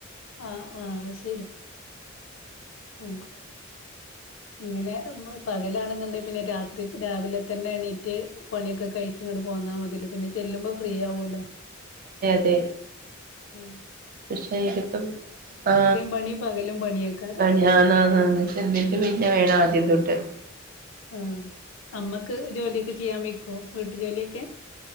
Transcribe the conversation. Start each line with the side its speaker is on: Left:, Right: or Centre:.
Left: ആഹ് ആഹ് ശ ആ ഇങ്ങനെമ്മ പകലാണെന്നുണ്ടെ പിന്നെ രാത്രി രാവിലെ തന്നെ എണീറ്റ് പണിയൊക്കെ കഴിച്ച ഇങ്ങോട്ട് പോന്നാ മതില് പിന്നെ ചെല്ലുമ്പോ ഫ്രീ ആവലോ
Right: തെ
Left: മം
Right: പക്ഷെ ഇതിപ്പം ആ
Left: പണി പകലും പണിയേക്കാരം
Right: ഞാനാ എന്നെന്നിട്ട് പിന്നെ വേണ ന്തൂട്ട്
Left: ആ അമ്മക്ക് ജോലിയൊക്കെ ചെയ്യാൻ വെയ് വീട്ടു ജോലിയൊക്കെ